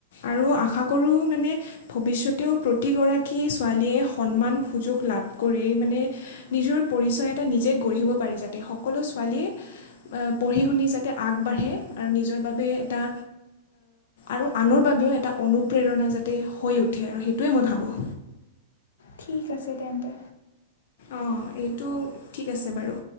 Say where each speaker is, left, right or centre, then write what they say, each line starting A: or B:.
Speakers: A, on the left; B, on the left.
A: আৰু আশা কৰো মানে ভৱিষ্যতেও প্ৰতিগৰাকী ছোৱালীয়ে সন্মান সুযোগ লাভ কৰি মানে নহয় নিজৰ পৰিচয় এটা নিজে গঢ়িব পাৰে যাতে সকলো ছোৱালীয়ে পঢ়ি শুনি যাতে আগবাঢ়ে আৰু নিজৰ বাবে এটা আৰু আনৰ বাবেও এটা অনুপ্ৰেৰণা যাতে হৈ উঠে আৰু সেইটোৱে মই ভাবোঁ।
B: ঠিক আছে তেন্তে।
A: অঁ এইটো ঠিক আছে বাৰু।